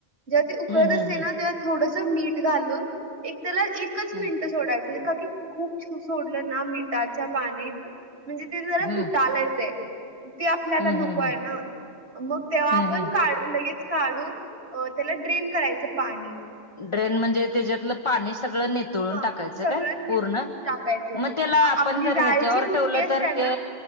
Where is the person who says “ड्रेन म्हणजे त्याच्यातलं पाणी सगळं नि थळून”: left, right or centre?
Left